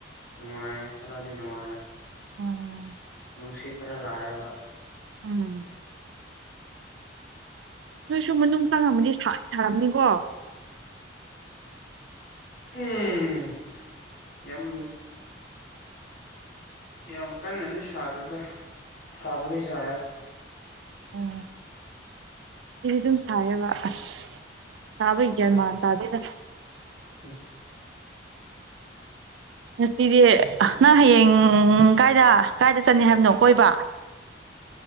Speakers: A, on the left (about 55°); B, on the right (about 80°).
A: ꯅꯨꯡꯉꯥꯏꯔꯦ ꯈꯔꯗꯤ ꯅꯨꯡꯉꯥꯏꯔꯦ
B: ꯎꯝ
A: ꯅꯨꯡꯁꯤꯠ ꯈꯔ ꯂꯥꯛꯑꯕ
B: ꯎꯝ
A: <unintelligible>
B: ꯅꯣꯏꯁꯨ ꯃꯅꯨꯡ ꯆꯪꯝꯉꯃꯗꯤ ꯁꯥꯗꯤ ꯁꯥꯔꯝꯅꯤꯀꯣ
A: ꯎꯝ ꯌꯥꯝ ꯌꯥꯝ ꯀꯟꯅꯗꯤ ꯁꯥꯗꯦꯗ ꯁꯥꯕꯗꯤ ꯁꯥꯏ
B: ꯑꯣ ꯁꯤꯗꯤ ꯑꯗꯨꯝ ꯁꯥꯏꯌꯦꯕ ꯑꯁ ꯁꯥꯥꯕꯩ ꯒ꯭ꯌꯥꯟ
A: ꯎꯝ
B: ꯃꯥꯟ ꯇꯥꯗꯦꯗ
A: <unintelligible>
B: ꯉꯁꯤꯗꯤ ꯅꯪ ꯍꯌꯦꯡ ꯀꯥꯏꯗ ꯀꯥꯏꯗ ꯆꯠꯅꯤ ꯍꯥꯏꯕꯅꯣ ꯀꯣꯏꯕ